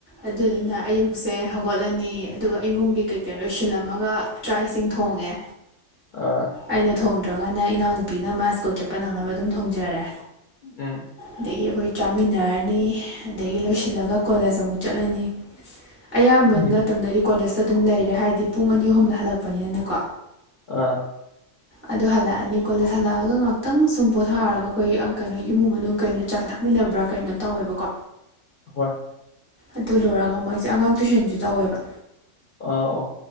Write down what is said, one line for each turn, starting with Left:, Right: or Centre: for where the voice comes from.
Right: ꯑꯗꯨꯗꯨꯅ ꯑꯌꯨꯛꯁꯦ ꯍꯧꯒꯠꯂꯅꯤ ꯑꯗꯨꯒ ꯏꯃꯨꯡꯒꯤ ꯀꯩ- ꯀꯩ ꯂꯣꯏꯁꯤꯜꯂꯝꯃꯒ ꯆꯥꯛ ꯏꯁꯤꯡ ꯊꯣꯡꯉꯦ
Left: ꯑꯥ
Right: ꯑꯩꯅ ꯊꯣꯡ ꯅꯪꯗ꯭ꯔꯒꯅ ꯏꯅꯥꯎꯅꯨꯄꯤꯅ ꯃꯥ ꯁ꯭ꯀꯨꯜ ꯆꯠꯄ ꯅꯪꯅꯕ ꯑꯗꯨꯝ ꯊꯣꯡꯖꯔꯦ꯫
Left: ꯑꯝ
Right: ꯑꯗꯒꯤ ꯑꯩꯈꯣꯏ ꯆꯥꯃꯤꯟꯅꯔꯅꯤ ꯑꯗꯒꯤ ꯂꯣꯏꯁꯤꯜꯂꯒ ꯀꯣꯂꯦꯖ ꯑꯃꯨꯛ ꯆꯠꯂꯅꯤ ꯑꯌꯥꯝꯕ
Left: ꯎꯝ
Right: ꯃꯇꯝꯗꯗꯤ ꯀꯣꯂꯦꯖ ꯑꯗꯨꯝ ꯂꯩꯔꯦ ꯍꯥꯏꯗꯤ ꯄꯨꯡ ꯑꯅꯤ ꯑꯍꯨꯝꯗ ꯍꯜꯂꯛꯄꯅꯤꯅꯅꯦꯀꯣ
Left: ꯑꯥ
Right: ꯑꯗꯨ ꯍꯜꯂꯛꯑꯅꯤ ꯀꯣꯂꯦꯖ ꯍꯜꯂꯛꯑꯒ ꯉꯍꯥꯛꯇꯪ ꯁꯨꯝ ꯄꯣꯊꯥꯔꯒ ꯑꯩꯈꯣꯏ ꯑꯡ ꯀꯩꯅꯣ ꯏꯃꯨꯡ ꯃꯅꯨꯡ ꯀꯩꯅꯣ ꯆꯥ ꯊꯛꯃꯤꯟꯅꯕ꯭ꯔꯥ ꯀꯩꯅꯣ ꯇꯧꯋꯦꯕꯀꯣ
Left: ꯍꯣꯏ
Right: ꯑꯗꯨ ꯂꯣꯏꯔꯒ ꯃꯨꯛ ꯑꯩꯁꯦ ꯑꯉꯥꯡ ꯇꯨꯏꯁꯟꯁꯨ ꯇꯧꯋꯦꯕ
Left: ꯑꯧ